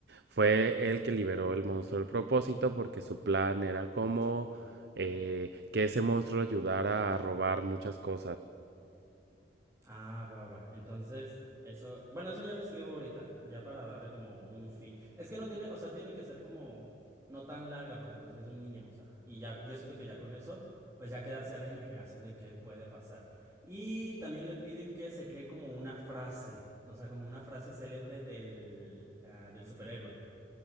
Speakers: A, on the right; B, on the right.
A: fue el que liberó el monstruo del propósito porque su plan era como eh, que ese monstruo le ayudara a robar muchas cosas.
B: Ah, va, va. va. Entonces, eso, bueno, eso ya lo escribo ahorita, ya para darle como un fin. Es que no tiene, o sea, tiene que ser como no tan larga porque pues es un niño, o sea, y ya yo siento que ya con eso pues ya queda así a la imaginación de qué puede pasar. Y también le piden que se cree como una frase, o sea, como una frase célebre del ah, del superhéroe.